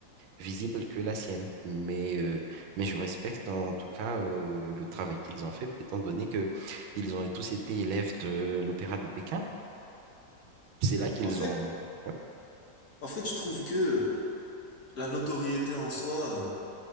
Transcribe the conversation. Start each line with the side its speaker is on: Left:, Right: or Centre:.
Right: visible que la sienne. Mais, euh, mais je respecte en tout cas euh, le travail qu'ils ont fait, étant donné que ils ont tous été élèves de l'Opéra de Pékin. C'est là qu'ils
Left: En fait,
Right: ont... Ouais,
Left: en fait, je trouve que la notoriété en soi, euh,